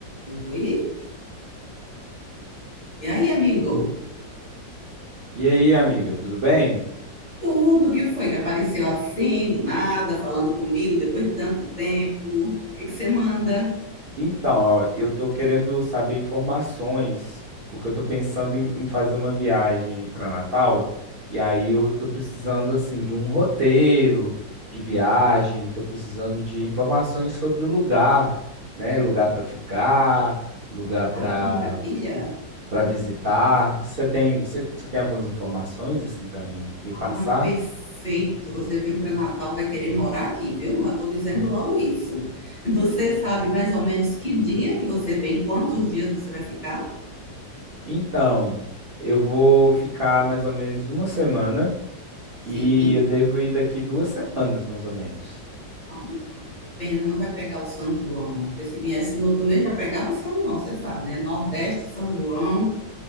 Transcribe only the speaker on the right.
E aí, amiga, tudo bem?
Então, ó, eu tô querendo saber informações, porque eu tô pensando em, em fazer uma viagem para Natal, e aí eu tô precisando assim de um roteiro de viagem, tô precisando de informações sobre o lugar, né? Lugar para ficar, lugar para
para visitar. Você tem, você você tem algumas informações assim para mim me
passar?
Então, eu vou ficar mais ou menos uma semana
E eu devo ir daqui duas semanas, mais ou menos.